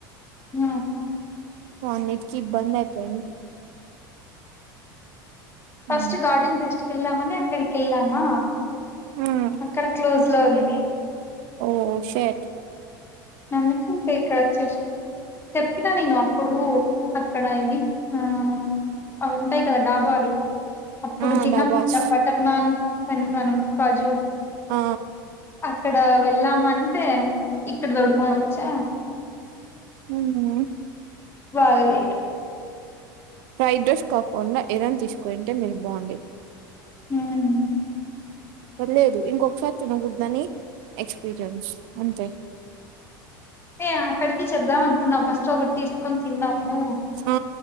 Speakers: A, on the left; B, on the right.
A: హ
B: అన్నిటికి ఇబ్బంది అయిపోయింది
A: ఫస్ట్
B: ఉమ్
A: గార్డెన్ ఫెస్ట్ వెళ్ళమానే ఎక్కడకి వెళ్ళమా
B: ఉమ్.
A: అక్కడ క్లోజ్ లో ఉంది
B: ఓ సేట్
A: అందుకం పే కచ్చే చెప్పినా నేను అప్పుడు అక్కడ ఇది ఆ అ ఉంటాయి కదా డాబాలు అప్పుడు
B: ఆ
A: చిన్న
B: డబాస్
A: బటర్ నాన్ అ మన కాజు
B: ఆ
A: అక్కడ వెళ్ళామంటే ఇ దడుకో వచ్చా
B: ఉహ్ ఉహ్
A: వాగలెడా
B: ఫ్రైడ్ డ్రెస్ <unintelligible> ఏదనా తీసుకోంటే మీరు బాగుండి
A: ఉమ్.
B: పర్లేదు ఇంకొకసారీ తినగుద్దాని ఎక్స్పీరియన్స్ ఉంటాయి
A: ఏ అక్కడికి <unintelligible> ఫస్ట్ ఒకటి తీసుకొని తిన్నాాము
B: ఆ